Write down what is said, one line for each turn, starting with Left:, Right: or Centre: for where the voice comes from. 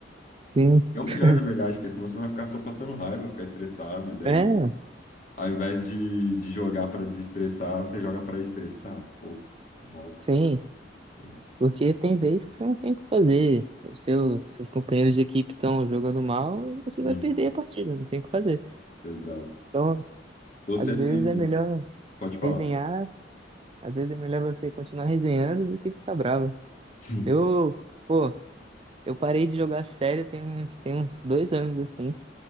Right: sim.
Left: É o melhor,
Right: <laughs>
Left: na verdade, porque senão você vai ficar só passando raiva, ficar estressado, e daí,
Right: É,
Left: ao invés de, de jogar para desestressar, você joga para estressar. Pô, não rola,
Right: sim,
Left: não rola.
Right: porque tem vezes que você não tem o que fazer. O seu, seus companheiros de equipe estão jogando mal, você
Left: Uhum,
Right: vai perder a partida, não tem o que fazer.
Left: exato.
Right: Então,
Left: Você
Right: às vezes
Left: tem.
Right: é melhor
Left: Pode falar.
Right: resenhar, às vezes é melhor você continuar resenhando do que ficar bravo.
Left: <laughs> Sim.
Right: Eu, pô, Eu parei de jogar sério tem uns, tem uns dois anos, assim,